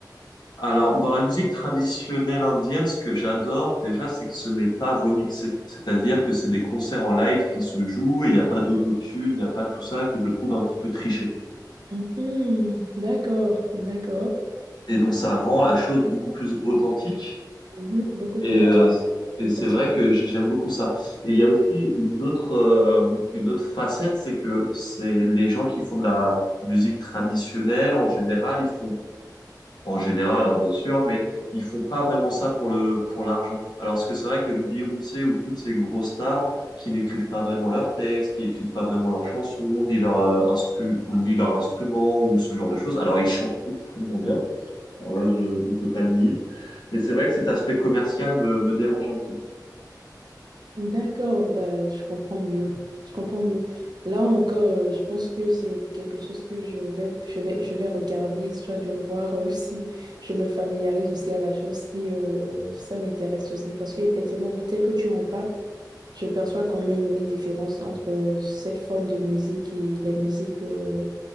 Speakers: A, on the left (about 70°); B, on the right (about 70°).
A: Alors, dans la musique traditionnelle indienne, ce que j'adore déjà, c'est que ce n'est pas remixé. C'est-à-dire que c'est des concerts en live qui se jouent et il n'y a pas d'autotune, il n'y a pas tout ça que je trouve un petit peu triché.
B: Mhm. D'accord, d'accord.
A: Et donc, ça rend la chose beaucoup plus authentique.
B: Mhm. Beaucoup
A: Et,
B: plus naturel,
A: euh, et
B: effectivement.
A: c'est vrai que j'ai- j'aime beaucoup ça. Et il y a aussi une autre, euh, une autre facette, c'est que c'est les gens qui font de la musique traditionnelle, en général, ils font, en général, hein, bien sûr, mais ils font pas vraiment ça pour le, pour l'argent. Alors ce que c'est vrai que Beyoncé ou toutes ces grosses stars qui n'écrivent pas vraiment leurs textes, qui écrivent pas vraiment leurs chansons, ni leurs euh, instru, ou ni leurs instruments, ou ce genre de choses. Alors ils chantent extrêmement bien. Alors là, je- on ne peut pas le nier. Mais c'est vrai que cet aspect commercial me, me dérange un petit peu.
B: D'accord, bah, je comprends mieux. Je comprends mieux. Là encore, euh, je pense que c'est quelque chose que je vais, je vais, je vais regarder, histoire de voir euh, <laughs> si je me familiarise aussi à la chose, si euh, ça m'intéresse aussi. Parce qu'effectivement, tel que tu en parles, je perçois quand même une différence entre euh, cette forme de musique et les musiques euh,